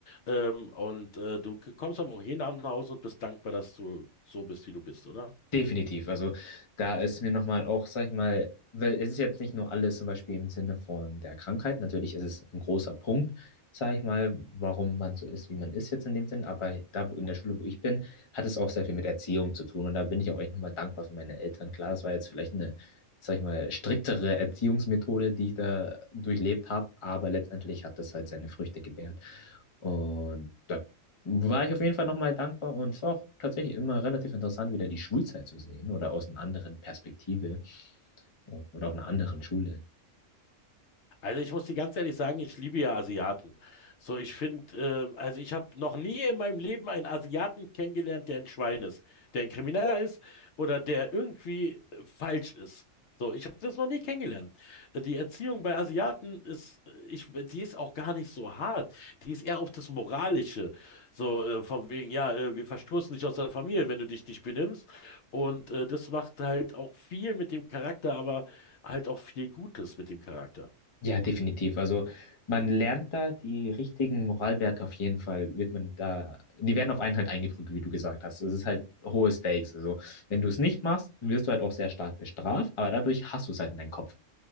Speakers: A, on the left (about 65°); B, on the left (about 35°).
A: Ähm, und äh, du kommst aber auch jeden Abend nach Hause und bist dankbar, dass du so bist, wie du bist, oder?
B: Definitiv. Also da ist mir nochmal auch, sag ich mal, weil es ist jetzt nicht nur alles zum Beispiel im Sinne von der Krankheit. Natürlich ist es ein großer Punkt, sag ich mal, warum man so ist, wie man ist jetzt in dem Sinn. Aber da wo- in der Schule, wo ich bin, hat es auch sehr viel mit Erziehung zu tun. Und da bin ich auch echt nochmal dankbar für meine Eltern. Klar, es war jetzt vielleicht eine, sag ich mal, striktere Erziehungsmethode, die ich da durchlebt habe. Aber letztendlich hat das halt seine Früchte gebärt. Und da war ich auf jeden Fall nochmal dankbar. Und es war auch tatsächlich immer relativ interessant, wieder die Schulzeit zu sehen oder aus einer anderen Perspektive oder auch einer anderen Schule.
A: Also ich muss dir ganz ehrlich sagen, ich liebe ja Asiaten. So, ich finde, äh, also ich habe noch nie in meinem Leben einen Asiaten kennengelernt, der ein Schwein ist, der ein Krimineller ist oder der irgendwie äh, falsch ist. So, ich habe das noch nie kennengelernt. Die Erziehung bei Asiaten ist, äh, ich, die ist auch gar nicht so hart. Die ist eher auf das Moralische. So, äh, von wegen, ja, äh, wir verstoßen dich aus der Familie, wenn du dich nicht benimmst. Und äh, das macht halt auch viel mit dem Charakter, aber halt auch viel Gutes mit dem Charakter.
B: Ja, definitiv. Also man lernt da die richtigen Moralwerte auf jeden Fall, wird man da, die werden auf einen halt eingeprügelt, wie du gesagt hast. Das ist halt hohe Stakes. Also wenn du es nicht machst, wirst du halt auch sehr stark bestraft, aber dadurch hast du es halt in deinem Kopf.